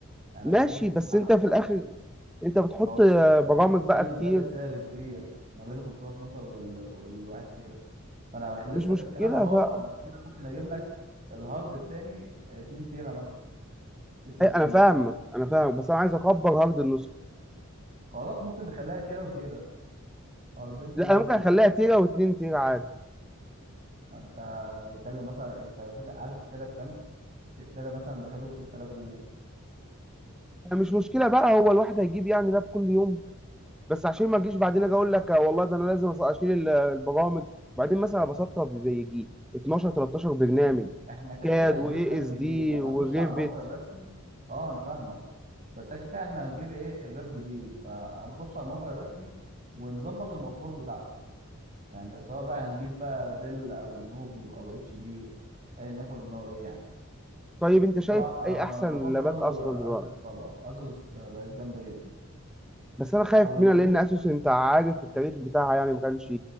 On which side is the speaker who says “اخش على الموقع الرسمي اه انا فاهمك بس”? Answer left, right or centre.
Right